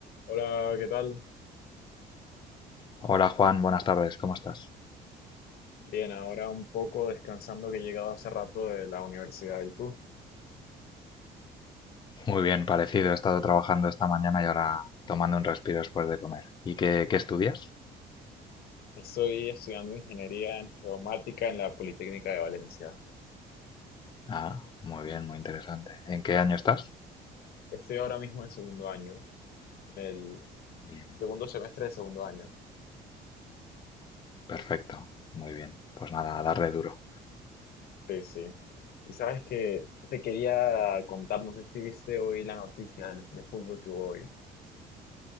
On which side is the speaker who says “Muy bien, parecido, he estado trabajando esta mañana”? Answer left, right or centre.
Left